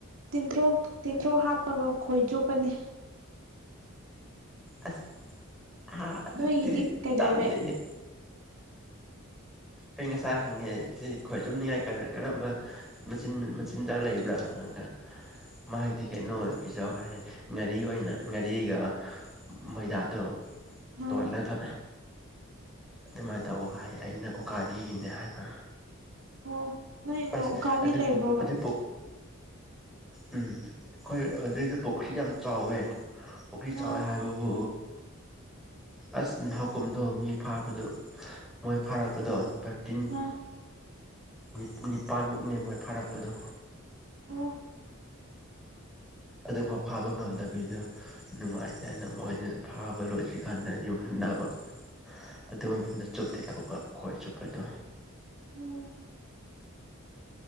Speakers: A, on the right (about 70°); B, in the centre.
A: ꯇꯤꯟꯊ꯭ꯔꯣꯛ ꯇꯤꯟꯊ꯭ꯔꯣꯛ ꯍꯥꯞꯄꯒ ꯈꯣꯏ ꯆꯨꯞꯄꯅꯤ
B: ꯑꯁ ꯍꯥ ꯑꯗꯨꯗꯤ
A: ꯅꯣꯏꯒꯤꯗꯤ ꯀꯩꯗꯧꯋꯦ
B: ꯇꯥꯟꯅꯤꯍꯦ ꯑꯩ ꯉꯁꯥꯏ ꯍꯪꯉꯦ ꯁꯤ ꯈꯣꯏ ꯆꯨꯞꯅꯤꯡꯉꯥꯏ ꯀꯔ ꯀꯔꯝꯕ ꯃꯆꯤꯟ ꯃꯆꯤꯟꯖꯥꯛ ꯂꯩꯕ꯭ꯔꯥ ꯍꯪꯉꯒ ꯃꯥꯏꯒꯤꯗꯤ ꯀꯩꯅꯣ ꯑꯣꯏ ꯄꯤꯍꯧ ꯍꯥꯏ ꯉꯥꯔꯤ ꯑꯣꯏꯅ ꯉꯥꯔꯤꯒ ꯃꯣꯏꯗꯥꯗꯣ
A: ꯑꯥ
B: ꯇꯣꯜꯂꯒ ꯑꯗꯨꯃꯥꯏꯅ ꯇꯧ ꯍꯥꯏ ꯑꯩꯅ ꯑꯣꯀꯥꯕꯤꯒꯤꯅꯦ ꯍꯥꯏꯕ
A: ꯑꯣ ꯅꯣꯏ
B: ꯑꯁ
A: ꯎ ꯎꯀꯥꯕꯤ
B: ꯑꯗꯨ
A: ꯂꯩꯕ꯭ꯔꯣꯕ
B: ꯑꯗꯨ ꯎꯝ ꯈꯣꯏ ꯑꯗꯨꯏꯗ ꯄꯨꯈꯤ ꯌꯥꯝ ꯆꯥꯎꯋꯦ ꯄꯨꯈꯤ ꯆꯥꯎꯋꯦ
A: ꯑꯥ
B: ꯍꯥꯏꯕꯕꯨ ꯑꯁ ꯅꯍꯥꯎꯀꯨꯝꯗꯣ ꯃꯤ ꯐꯥꯕꯗꯣ ꯃꯣꯏ ꯐꯥꯔꯛꯄꯗꯣ ꯕꯠ ꯇꯤꯟ
A: ꯑꯥ
B: ꯅꯤ ꯅꯤꯄꯥꯟꯃꯨꯛꯅꯦ ꯃꯣꯏ ꯐꯥꯔꯛꯄꯗꯣ
A: ꯑꯣ
B: ꯑꯗꯨꯒꯐꯥꯎ ꯐꯥꯕ ꯉꯝꯗꯕꯤꯗ ꯅꯨꯡꯉꯥꯏꯇꯦꯅ ꯍꯥꯏꯅ ꯃꯣꯏꯅ ꯐꯥꯕ ꯂꯣꯏꯗ꯭ꯔꯤ ꯀꯥꯟꯗ ꯌꯨꯝ ꯍꯟꯅꯕ ꯑꯗꯨ ꯃꯐꯝꯗ ꯆꯨꯞꯀꯦ ꯇꯧꯕ ꯈꯣꯏ ꯆꯨꯞꯄꯗꯣ
A: ꯑꯣ